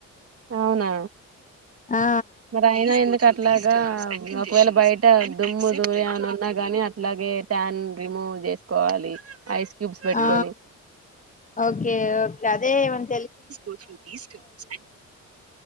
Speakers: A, on the right; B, on the left.
A: అవునా
B: ఆ
A: మరి అయినా ఎందుకట్ అట్లాగా ఒకవేళ బయట దుమ్ము దూలి ఏమైనా ఉన్నా గాని అట్లాగే ట్యాన్ రిమూవ్ చేసుకోవాలి ఐస్ క్యూబ్స్ పెట్టుకొని
B: ఆ ఓకే ఓ కదే ఉన్
A: ఉహు